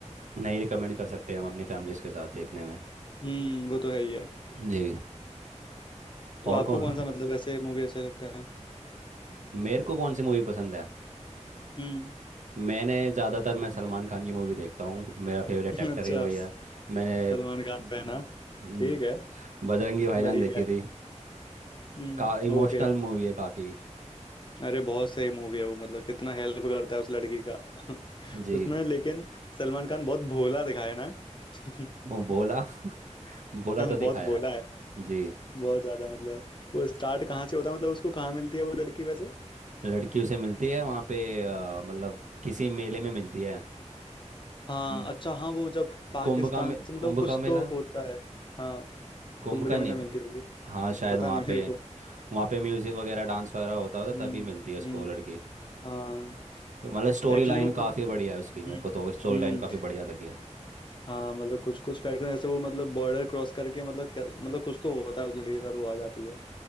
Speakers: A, on the right; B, on the left.
A: नहीं रिकमेंड कर सकते हम अपनी फैमिलीज के साथ देखने में
B: हम्म वो तो है ही है
A: जी
B: तो
A: और
B: आपको
A: कौन
B: कौन सा मतलब ऐसे मूवी अच्छा लगता है
A: मेरे को कौन सी मूवी पसंद है
B: हम्म
A: मैंने ज़्यादातर मैं सलमान खान की मूवी देखता हूँ मेरा फेवरेट
B: <laughs>
A: एक्टर
B: अच्छा
A: ही वही है मैंने
B: सलमान खान
A: हम्म,
B: फैन हाँ ठीक है
A: बजरंगी भाईजान
B: बढ़िया
A: देखी
B: है
A: थी
B: हम्म
A: का इमोशनल
B: ओके
A: मूवी है काफ़ी
B: अरे बहुत सही मूवी है वो मतलब कितना हेल्प करता है उस लड़की का <laughs>
A: जी
B: उसमें लेकिन सलमान खान बहुत भोला दिखाया ना <laughs>
A: वो बोला <laughs> बोला तो दिखाया
B: बहुत भोला
A: है।
B: है
A: जी
B: बहुत ज्यादा मतलब वो स्टार्ट कहाँ से होता है मतलब उसको कहाँ मिलती है वो लड़की वैसे
A: लड़कियों से मिलती है वहाँ पे अ, मतलब किसी मेले में मिलती है
B: हाँ
A: हम्म,
B: अच्छा हाँ वो जब पाकिस्तान
A: कुंभ का मे,
B: से मतलब
A: कुंभ
B: कुछ
A: का मेला
B: तो होता है हाँ
A: कुंभ
B: कुंभ
A: का
B: के
A: निध
B: मेले मिलती होगी
A: हाँ शायद
B: पता
A: वहाँ
B: नहीं
A: पे
B: मेरे को
A: वहाँ पे म्यूजिक वगैरह डांस वगैरह होता होता
B: हम्म
A: तभी मिलती है उसको
B: हम्म
A: वो लड़की
B: हाँ
A: तो मतलब स्टोरी
B: एक्चुअली
A: लाइन
B: वो
A: काफी
B: मतलब
A: बढ़िया है उसकी मेरे
B: हम्म
A: को तो स्टोरी
B: हम्म
A: लाइन काफी बढ़िया लगी है
B: हाँ मतलब कुछ कुछ फैक्टर ऐसे वो मतलब बॉर्डर क्रॉस करके मतलब क्या- मतलब कुछ तो होता है उस लड़की के साथ वो आ जाती है